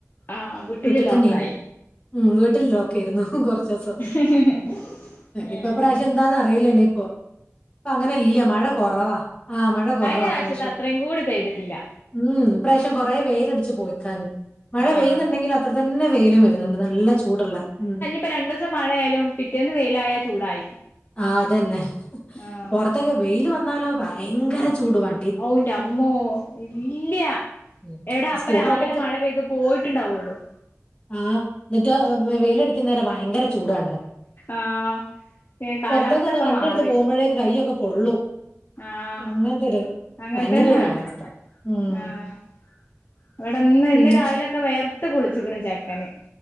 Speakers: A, on the left; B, on the left.
A: ആഹ് വീട്ടില്
B: വീട്ടിൽ തന്നെയേനി
A: ലോക്കായി
B: ഉം വീട്ടിൽ ലോക്കായിരുന്നു കുറച് ദിവസം
A: <inaudible>
B: ഇപ്രാവശ്യാം
A: ഉം
B: എന്താന്നറിയില്ല ഇനി ഇപ്പോ ഇപ്പൊ അങ്ങനെ ഇല്ല മഴ കൊറവാ ആഹ് മഴ കൊറവാ
A: കഴിഞ്ഞ പ്രാവശ്യത്തെ
B: ഇപ്രാവശ്യം
A: അത്രയും കൂടി പെയ്തിട്ടില്ല
B: ഉം ഇപ്രാവശ്യം കൊറെ വെയിലടിച്ച് പോയിക്കാഞ് മഴ
A: ആഹ്
B: പെയ്യുന്നുണ്ടെങ്കില് അത്ര തന്നെ വെയിലും വരുന്നുണ്ട് നല്ല ചൂട്ള്ള ഉം
A: പ്പൊ രണ്ടൂസം മഴയായാലും പിറ്റേന്ന് വെയിലായ ചൂടായി
B: ആ അതന്നെ
A: ആഹ്
B: പൊർത്തൊക്കെ വെയില് വന്നാലോ ഭയങ്കര ചൂടുവാ
A: ഔ ന്റെ അമ്മോ ഇല്ല്യാ
B: ഉം
A: എടാ
B: ആ
A: അപ്പ
B: സ്കൂട്ടറൊക്കെ
A: രാവിലെ
B: എടുത്ത്
A: മഴ പെയ്ത് പോയിട്ടുണ്ടാവൊള്ളു
B: ആഹ് ന്നട്ട് വെയിലടിക്കുന്നേരം ഭയങ്കര ചൂടാ
A: ആഹ് ഏ കാലാവസ്ഥൊക്കെ
B: പുറത്തേക്കൊന്ന് വണ്ടി
A: മാറി
B: എടുത്ത് പോകുമ്പോഴേക്ക് കയ്യൊക്കെ പൊള്ളും
A: ആഹ്
B: അങ്ങനത്തെ ഒരു
A: അങ്ങൻത്തന്നാണ്
B: ഭയങ്കര ഒരു കാലാവസ്ഥ. ഉം
A: ആഹ് ഇവടെ ഇന്ന്
B: പിന്നെ
A: ഇന്ന് രാവിലൊക്കെ വെയർത്ത് കുൾച്ക്ക്‌ണ് ചെക്കന്